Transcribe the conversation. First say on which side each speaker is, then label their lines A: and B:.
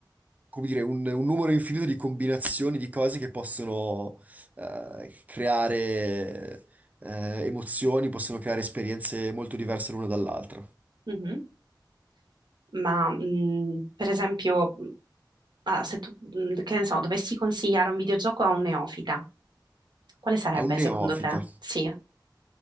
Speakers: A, on the right; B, on the right.
A: come dire, un, un numero infinito di combinazioni di cose che possono, eh, creare, eh, emozioni, possono creare esperienze molto diverse l'una dall'altra.
B: Mhm. Ma mh, per esempio, mh, ah, se tu, mh, che ne so, dovessi consigliare un videogioco a un neofita, quale sarebbe
A: A un
B: secondo
A: neofita.
B: te? Sì.